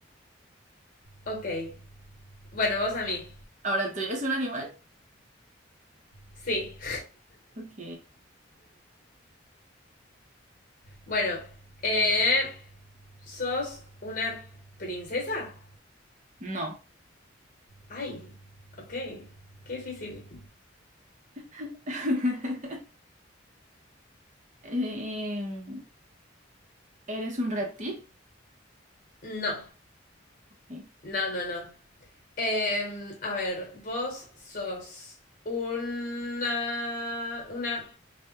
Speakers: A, on the left; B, on the right.
A: Ok, bueno, vos a mí.
B: ahora tú es un animal.
A: Sí,
B: Ok.
A: bueno, eh, ¿sos una princesa?
B: No.
A: Ay, ok, qué difícil.
B: <laughs> Eh, ¿eres un reptil?
A: No,
B: Sí.
A: no, no, no. Em, a ver, vos sos una, una,